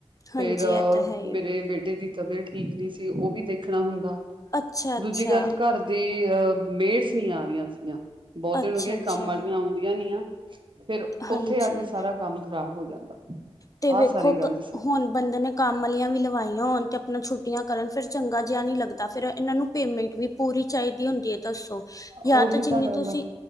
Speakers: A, on the right; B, on the left.
A: ਫੇਰ
B: ਹਾਂਜੀ ਇਹ ਤਾਂ ਹੈ ਹੀ
A: ਮੇਰੇ ਬੇਟੇ ਦੀ- ਤਬੀਅਤ ਠੀਕ ਨੀ ਸੀ। ਓ ਵੀ ਦੇਖਣਾ ਹੁੰਦਾ।
B: ਅੱਛਾ ਅੱਛਾ
A: ਦੂਜੀ ਗੱਲ ਘਰ- ਤੇ ਅਹ ਮੇਟਸ ਨੀ ਆ ਰਹੀਆਂ ਸੀਆਂ। ਬੋ ਦਿਨ
B: ਅੱਛਾ
A: ਹੋ ਗਏ
B: ਅੱਛਾ
A: ਕੰਮ ਵਾਲੀਆਂ ਆਉਂਦੀਆਂ ਨੀ ਆ। ਫੇਰ, ਓਥੇ
B: ਹਾਂਜੀ
A: ਆ ਕੇ ਸਾਰਾ ਕੰਮ ਖ਼ਰਾਬ ਹੋ ਜਾਂਦਾ।
B: ਤੇ ਵੇਖੋ
A: ਆਹ ਸਾਰੀ ਗੱਲ
B: ਕ
A: ਸੀ
B: ਹੁਣ- ਬੰਦੇ ਨੇ ਕੰਮ ਅਲੀਆਂ ਵੀ ਲਵਾਈਆਂ ਹੋਣ, ਤੇ ਆਪਣਾ ਛੁੱਟੀਆਂ ਕਰਨ, ਫੇਰ ਚੰਗਾ ਜਿਆ ਨੀ ਲੱਗਦਾ। ਫੇਰ ਏਨਾਂ ਨੂੰ ਪੇਮੈਂਟ ਵੀ- ਪੂਰੀ ਚਾਈਦੀ ਹੁੰਦੀ ਏ, ਦੱਸੋ। ਜਾਂ
A: ਉਹੀ
B: ਤੇ ਜਿੰਨੀ
A: ਤਾਂ ਗੱਲ
B: ਤੁਸੀਂ
A: ਆ